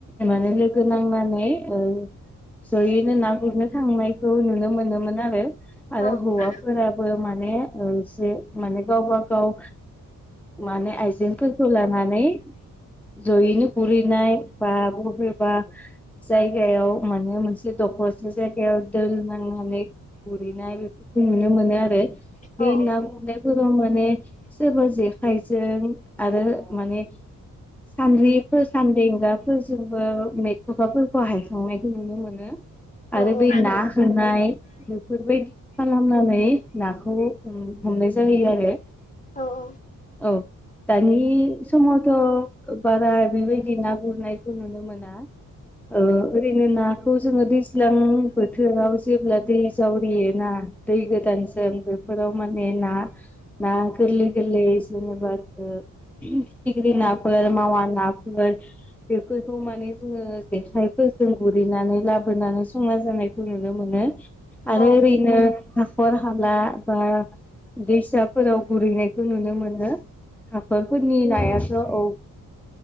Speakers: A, in the centre; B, on the left (about 20°).
A: माने लोगो नांनानै ओ‌ जयैनो ना गुरनो थांनायखौ नुनो मोनोमोन आरो आरो
B: औ
A: हौवाफोराबो
B: औ
A: मान ने ओ जे माने गावब गाव माने आइजेंफोरखौ लानानै जयैनो गुरहैनाय बा बबेबा जायगायाव माने मोनसे दखरसे जायगायाव दोल नाङो माने गुरहैनाय बेफोरखौ नुनो मोनो आरो बे
B: औ
A: ना गुरनाय फोराव माने सोरबा जेखाइजों आरो माने सानद्रिफो सानदेंगाब फोरजोंबो मेथ'खाफोरखौ हायखांनायखौ नुनो मोनो
B: औ
A: आरो
B: औ
A: बै ना होनाय बेफोरबायदिखौ खालामनानै नाखौ हमनाय जायो आरो
B: औ औ
A: औ दानि समावथ' बारा बेबायदि ना गुरनायखौ नुनो मोना ओ ओरैनो नाखौ जोङो दैज्लां बोथोराव जेब्ला दै जावरियो ना दै गोदानजों बेफोराव माने ना ना गोरलै गोरलै जेनेबा ओ फिथिग्रि नाफोरखौ मा मा नाफोर बेफोरखौ माने जोङो जेखायफोरजों गुरैनानै लाबोनानै संना जानायखौ नु नो मोनो आरो
B: औ
A: ओरैनो हाखर हाला बा दैसाफोराव गुरैनायखौ नुनो मोनो हाख'रफोरनि नायाथ' औ ओ